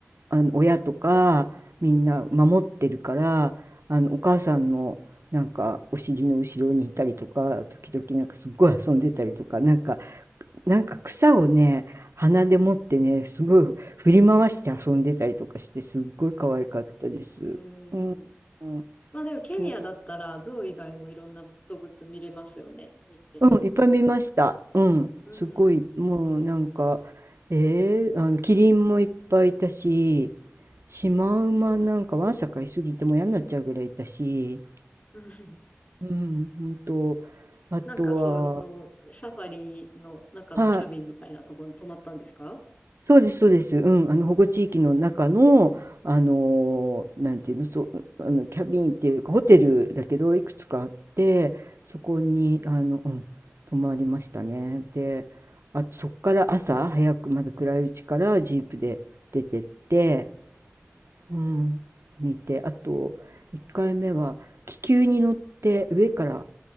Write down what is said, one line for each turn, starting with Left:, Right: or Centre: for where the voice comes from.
Right: あの親とかみんな守ってるからあのお母さんのなんかお尻の後ろにいたりとか時々なんかすっごい遊んでたりとかなんかなんか草をね、鼻で持ってね、すごい振り回して遊んでたりとかして、すっごい可愛かったです。
Left: うん。
Right: うん、うん、
Left: まあでもケニアだったら、
Right: そ
Left: 象以外もいろんな動物見れますよね。いっぺんに。
Right: う、うん、いっぱい見ました。うん、
Left: うん。
Right: すごい、もうなんか、えー、あの、キリンもいっぱいいたし、シマウマなんかわんさかいすぎてもう嫌になっちゃうぐらいいたし、
Left: <laughs> うん
Right: うん、ほんと、あとは、
Left: なんか、その、サファリの中のキャビンみたいなところに泊まったんですか
Right: はいそうですそうです。うん、あの保護地域の中の、あのーなんていうの、そう、あのキャビンっていうかホテルだけどいくつかあって、そこにあの、うん、泊まりましたね。で、あ、そこから朝早くまだ暗いうちからジープで出てって、うん、見て、あと1回目は気球に乗って上から